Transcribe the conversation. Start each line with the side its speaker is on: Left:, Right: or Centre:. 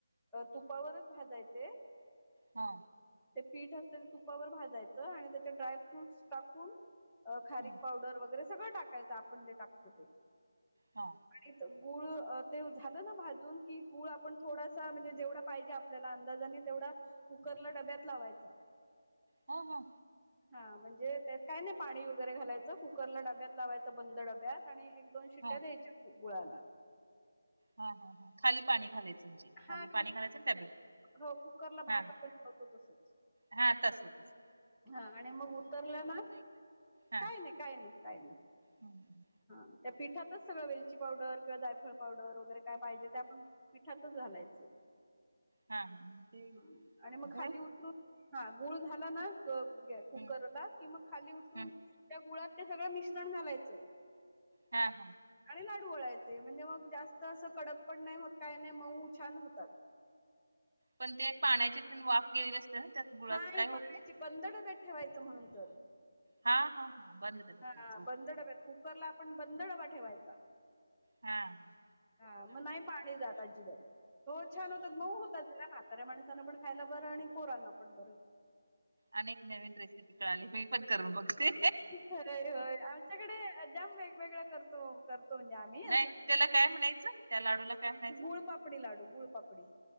Centre: तुपावरच भाजायचे
Right: हा
Centre: ते पीठ असते ते तुपावर भाजायचं आणि त्याच्या ड्राय फ्रूटस टाकून अ खारीक
Right: हां,
Centre: पावडर वगैरे सगळं टाकायचं आपण जे टाकतो ते
Right: हा
Centre: आणि गूळ ते झालं ना भाजी की गुळ आपण थोडासा म्हणजे जेवढा पाहिजे आपल्याला अंदाजाने तेवढा कुकरला डब्यात लावायचा
Right: हा हा
Centre: हा म्हणजे त्यात काय नाही पाणी वगैरे घालायचं कुकरला डब्यात लावायचं बंद डब्यात आणि एक दोन शिट्ट्या
Right: हां,
Centre: द्यायच्या गु - गुळाला
Right: हा हा. खाली पाणी खालायचं म्हणजे खाली
Centre: हा
Right: पाणी घालायचं डबॅत.
Centre: हो कुकरला भात
Right: हा.
Centre: आपण लावतो तसच
Right: हा तस तस
Centre: हा आणि मग उतरल ना काय-नाही
Right: हां,
Centre: काय नाही-काय नाही-काय नाही
Right: हं.
Centre: हा. त्या पीठातच सगळं वेलची पावडर किंवा जायफळ पावडर, वगैरे काय पाहिजे ते आपण पिठातच घालायचं.
Right: हां, हां. मग ते
Centre: हम्म आणि मग
Right: गूळ
Centre: खाली उतरून हा गुळ झाला ना ग गॅ कुकरला
Right: हं,
Centre: कि मग खाली उतरून
Right: हं.
Centre: त्या गुळात ते सगळं मिश्रण घालायचं.
Right: हा हा.
Centre: आणि लाडू वळायचे म्हणजे मग जास्त असं कडक पण नाही होत काय नाही मऊ छान होतात.
Right: पण ते पाण्याची प वाफ गेली असत्या ना? त्यात गुळात
Centre: नाही
Right: काही
Centre: पाण्याची,
Right: होत नाही?
Centre: बंद डब्यात ठेवायचं म्हणून तर
Right: हा-हा-हा. बंद डब्यात
Centre: हा
Right: ठेवायचं. ओके.
Centre: बंद डब्यात, कुकरला आपण बंद डबा ठेवायचा.
Right: हा हा.
Centre: हा मग नाही पाणी जात अजिबात. हो छान होतात, मऊ होतात. म्हाताऱ्या माणसाांना पण खायला बरं आणि पोरांना पण बरं.
Right: आणी एक नवीन रेसिपी कळाली मी पण करून बघते.
Centre: होय होय होय. आमच्याकडे जाम वेगवेगळ्या करतो-करतो म्हणजे आमी.
Right: नाही
Centre: असं
Right: त्याला काय म्हणायचं? त्या लाडूला काय म्हणायचं
Centre: गुळ पापडी लाडू, गुळ पापडी